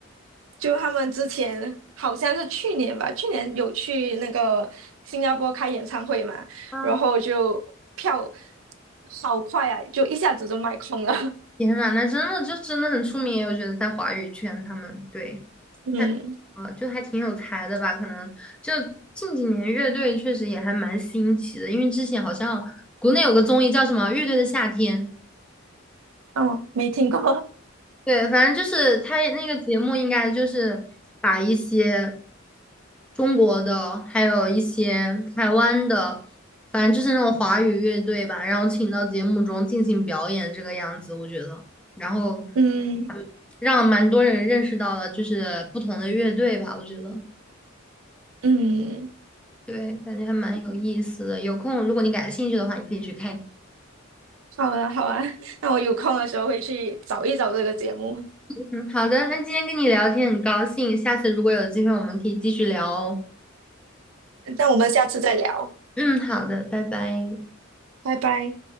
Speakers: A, on the right (about 70°); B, in the centre.
A: 就他们之前好像是去年吧，去年有去那个新加坡开演唱会嘛，
B: 啊
A: 然后就票好快啊，就一下子就卖空了。
B: 天呐，那真的就真的很出名，我觉得在华语圈他们对。
A: <laughs> 嗯，
B: 太呃，就还挺有才的吧？可能就近几年乐队确实也还蛮新奇的，因为之前好像国内有个综艺叫什么《乐队的夏天》，
A: 哦，没听过。
B: 对，反正就是他那个节目应该就是把一些中国的，还有一些台湾的，反正就是那种华语乐队吧，然后请到节目中进行表演这个样子，我觉得，然后
A: 嗯
B: 嗯让蛮多人认识到了就是不同的乐队吧，我觉得。
A: 嗯，
B: 对，感觉还蛮有意思的。有空，如果你感兴趣的话，你可以去看一
A: 好啊好啊，那我有空的时候会去找一找这个节目。
B: 看。嗯，好的，那今天跟你聊天很高兴，下次如果有机会，我们可以继续聊哦。
A: 那我们下次再聊，
B: 嗯，好的，拜拜。
A: 拜拜。